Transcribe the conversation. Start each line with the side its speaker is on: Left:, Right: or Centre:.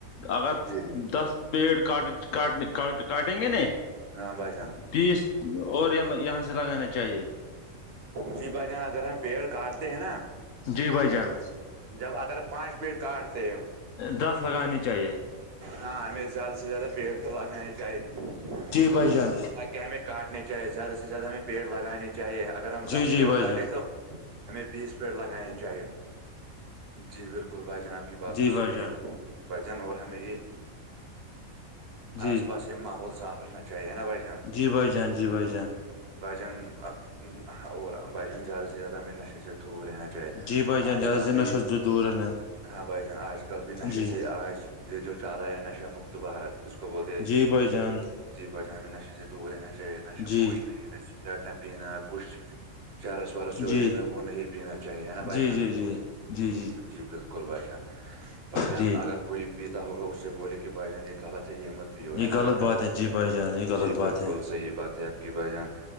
Left: اگر
Right: جی جی
Left: دس پیڑٹٹ کاٹیں گے ن
Right: ہاں بھائی جان
Left: بیس اور یہ لگانا چاہیے
Right: تی بائی جان اگر ہم پیڑ کاٹتے ہیں نا <unintelligible>
Left: جی بھائی جان
Right: جب اگر پانچ پیٹ کاٹتے ہیں
Left: دس لگانی چاہیے
Right: ہاں ہمیں زیادہ سے زیادہ پیڑ پ لگانے چاہیے <unintelligible>
Left: جی بھائی جان
Right: تاکہ ہمیں کاٹنے چاہے زیادہ سے زیادہ ہمیں پیڑ لگانے چاہیے اگر ہم
Left: جی
Right: دس
Left: جی
Right: پیڑ
Left: بھائی
Right: کاٹے
Left: جان
Right: تو ہمیں بیس پیڑ لگانے چاہیے جی بالکل بھائی جان آپ کی بات
Left: جی
Right: تو
Left: بھائی
Right: صحیح
Left: جان
Right: ہے بھائی جان اور ہم یہ
Left: جی
Right: آس پاس ماحول صاف رکھنا چاہیے نا بھائی جان <unintelligible>
Left: جی بھائی جان جی بھائی جان
Right: بھجن اور بھجن زیادہ سے زیادہ ہم نشے سے دور رہنا چ <unintelligible> چ
Left: جی بھائی جان
Right: آج
Left: زیادہ
Right: کل
Left: سے
Right: بھی
Left: نشے سے دور رہنا
Right: ہاں بھائی جان آج کل بھی نشے
Left: جی
Right: سے آج یہ جو چاہ رہا ہے نشہ مکت بھارت اس کو بولتے
Left: جی بھائی جان
Right: جی بجان میں نشے سے دور رہنا چاہیے نشے
Left: جی
Right: کووئی نہ جینا سگریٹ نہ پینا <unintelligible> کچھ چرس وورس جو
Left: جی
Right: ہے وہ نہیں پینا چاہیے ہے نا بھائی
Left: جی
Right: جان
Left: جی جی جی
Right: جی بالکل بائیان بائیان
Left: جی
Right: <unintelligible> کوئی پیتا ہوگا اسے بولے کہ بھائی جان یہ غلط ہے یہ مت بھیو ہے
Left: یہ
Right: نا
Left: غلط
Right: بھجان
Left: بات ہے جی بھائی جان یہ غلط
Right: جی
Left: بات
Right: بالکل
Left: ہے
Right: صحیح بات ہے آپ کی بھ جان